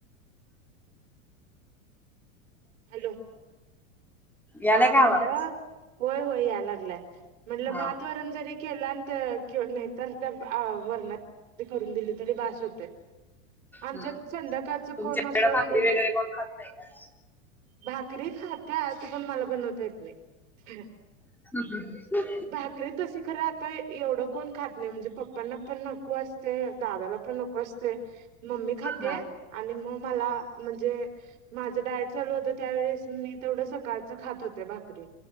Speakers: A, on the right; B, in the centre.
A: Hello
B: याला
A: हा म्हटलं
B: का आवाज
A: होय होय या लागलाय म्हटल
B: हा
A: भात वरण जरी केला किंवा नाहीतर त्या वर्ण करून दिली तरी भास होते आमच्यात
B: हम्म
A: संध्याकाळच
B: तुमच्याकडे
A: कोण असं आहे
B: भाकरी वगैरे कोण खात नाही का
A: भाकरी खाता असं पण मला बनवता येत नाही
B: हम्
A: भाकरी तस खरं आता एवढं कोण खात नाही म्हणजे पप्पांना पण नको असते दादाला नको असते मम्मी खाते
B: हा
A: आणि मग मला म्हणजे माझं डायट चालू होतं त्यावेळेस मी तेवढं सकाळच खात होते भाकरी